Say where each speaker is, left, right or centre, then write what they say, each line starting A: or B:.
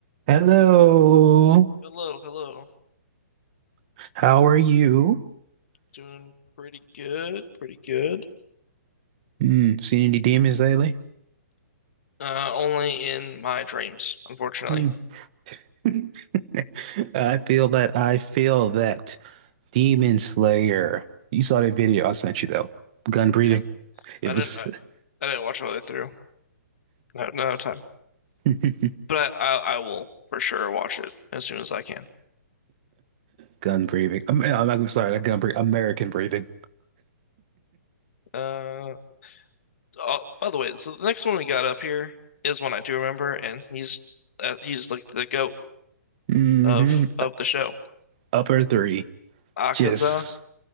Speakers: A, on the right (about 30°); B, on the left (about 55°).
A: Hello,
B: Hello, hello.
A: how are you?
B: Doing pretty good, pretty good.
A: Hmm. seen any demons lately?
B: Uh, only in my dreams, unfortunately.
A: Hmm. <laughs> I feel that. I feel that. Demon Slayer. You saw that video I sent you though. Gun breathing.
B: Yeah,
A: It
B: I didn't,
A: was
B: I, I didn't watch all the way through. No, no time.
A: <laughs>
B: But I, I, I will for sure watch it as soon as I can.
A: gun breathing. I'm, I'm, I'm sorry, not gun breathing. American breathing.
B: Uh, oh, by the way, so the next one we got up here is one I do remember, and he's, uh, he's like the goat
A: hmm
B: of of the show.
A: upper three.
B: Akaza,
A: Just,